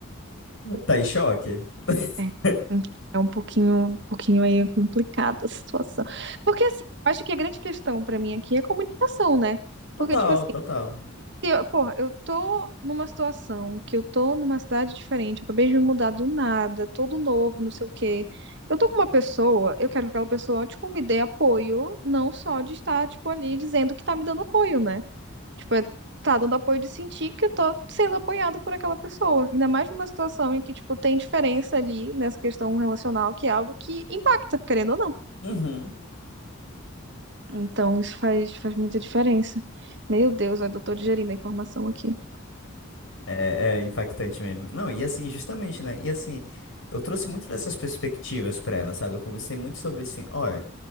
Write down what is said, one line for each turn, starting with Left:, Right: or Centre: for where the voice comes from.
Left: Tá em choque? <laughs>
Right: É, hum, é um pouquinho, um pouquinho aí complicada a situação. Porque assim, eu acho que a grande questão pra mim aqui é a comunicação, né?
Left: Total,
Right: Porque, tipo assim,
Left: total.
Right: se eu, porra, eu tô numa situação que eu tô numa cidade diferente, eu acabei de me mudar do nada, todo novo, não sei o quê. Eu tô com uma pessoa, eu quero que aquela pessoa, tipo, me dê apoio, não só de estar, tipo, ali dizendo que tá me dando apoio, né? Tipo, é, tá dando apoio de sentir que eu tô sendo apoiado por aquela pessoa. Ainda mais numa situação em que, tipo, tem diferença ali nessa questão relacional, que é algo que impacta, querendo ou não.
Left: Uhum.
Right: Então, isso faz, faz muita diferença. Meu Deus, eu tô digerindo a informação aqui.
Left: É, é impactante mesmo. Não, e assim, justamente, né? E assim, eu trouxe muito dessas perspectivas pra ela, sabe? Eu conversei muito sobre assim, olha,